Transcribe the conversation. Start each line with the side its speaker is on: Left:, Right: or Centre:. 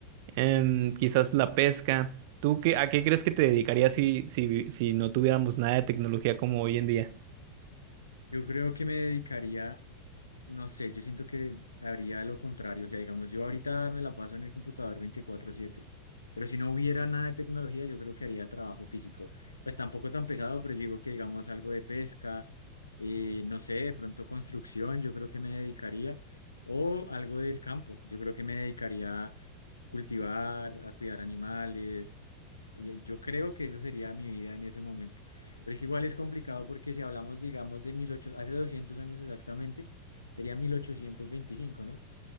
Right: Em, quizás la pesca. ¿Tú qué, a qué crees que te dedicarías si, si, si no tuviéramos nada de tecnología como hoy en día?
Left: Yo creo que me dedicaría, no sé, yo siento que haría lo contrario. O sea, digamos, yo ahorita me la paso en el computador veinticuatro siete pero si no hubiera nada de tecnología, yo creo que haría trabajo físico. Pues tampoco tan pesado, pero yo digo que, digamos, algo de pesca, eh, no sé, de pronto construcción, yo creo que me dedicaría, o algo del campo, yo creo que me dedicaría a cultivar, a cuidar animales. y Yo creo que esa sería mi vida en ese momento. Pero es que igual es complicado porque si hablamos, digamos, de 1800, hace 200 años exactamente, sería mil ochocientos veinticinco ¿no?